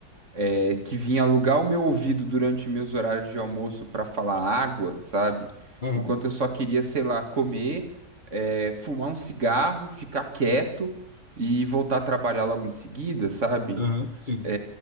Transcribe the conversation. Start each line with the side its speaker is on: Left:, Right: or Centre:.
Right: é, que vinha alugar o meu ouvido durante meus horários de almoço para falar água, sabe?
Left: Aham,
Right: Enquanto eu só queria, sei lá, comer, é, fumar um cigarro, ficar quieto e voltar a trabalhar logo em seguida, sabe?
Left: aham, sim.
Right: É,